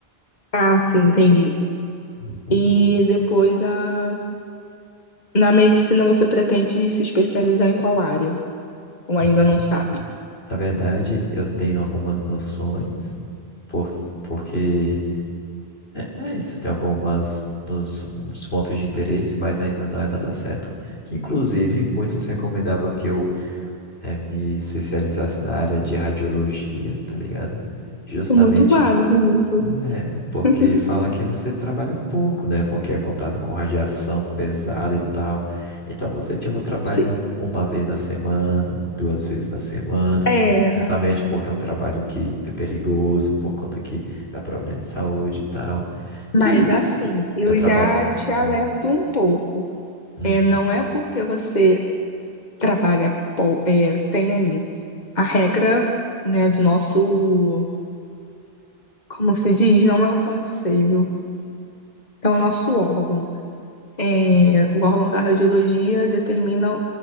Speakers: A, on the left (about 45°); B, on the left (about 80°).
A: ah, sim, entendi.
B: Uhum.
A: E depois a... na medicina você pretende se especializar em qual área? Ou
B: Então,
A: ainda não sabe?
B: na verdade, eu tenho algumas noções, por, porque é, é isso, eu tenho algumas nos, uns pontos de interesse, mas ainda não é nada certo. Que, inclusive, muitos recomendavam que eu eh, me especializasse na área de radiologia, tá ligado? Justamente
A: Muito válido isso.
B: É, porque
A: <laughs>
B: fala que você trabalha pouco, né? Porque é contado com radiação pesada e tal. Então você, tipo, trabalha
A: Sim.
B: um- uma vez na semana, duas vezes na semana,
A: É,
B: justamente porque é um trabalho que é perigoso, por conta que dá problema de saúde e tal.
A: mas
B: E é isso.
A: assim, eu
B: Eu trabalho.
A: já te alerto
B: Hum,
A: um pouco.
B: hum,
A: É, não é porque você trabalha, pou- é, tem ali a regra, né, do nosso, como se diz, não é o conselho, é o nosso órgão. É, o órgão da radiologia determina